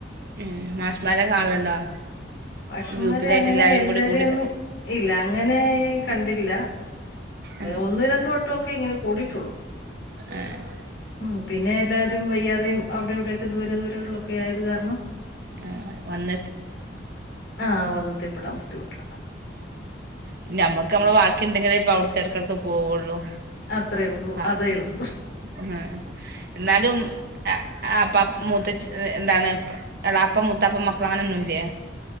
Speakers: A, on the right; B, on the left.
A: ഉം മാഷ്മാരെ കാണലുണ്ടോ
B: മാഷമ്മാരെ
A: ഗ്രൂപ്പിലായിട്ട്
B: അങ്ങനെ
A: എല്ലാരും
B: എല്ലാരെയും
A: കൂടി കൂടി
B: ഒന്നും ഇല്ല അങ്ങനെ കണ്ടില്ല
A: ഏഹ്
B: ഒന്ന് രണ്ട് വട്ടമൊക്കെ ഇങ്ങനെ കൂടിയിട്ടുള്ളൂ
A: ഏഹ്
B: ഉം പിന്നെ എല്ലാരും വയ്യാതെയും അവിടെ ഇവിടെയൊക്കെ ദൂരെ ദൂരങ്ങളിലൊക്കെ ആയത് കാരണം
A: ആഹ് വന്ന
B: ആഹ് വന്നത്തിപ്പെടാൻ ബുദ്ധിമുട്ടാ
A: പിന്നെ നമ്മുക്ക് നമ്മള് ബാക്കി എന്തെങ്കിലേ ഇപ്പ അവിടുക്ക് ഇടക്കിടക്ക് പോവുള്ളൂ
B: അത്രേ ഉള്ളൂ
A: ആ
B: അതേ
A: ഉം
B: ഉള്ളൂ
A: ഉം എന്നാലും അപ്പാ മൂത്തച് എന്താണ് പ്പ എളാപ്പ മുത്തപ്പ മക്കളാമാര്ന്നും ഇല്ലേ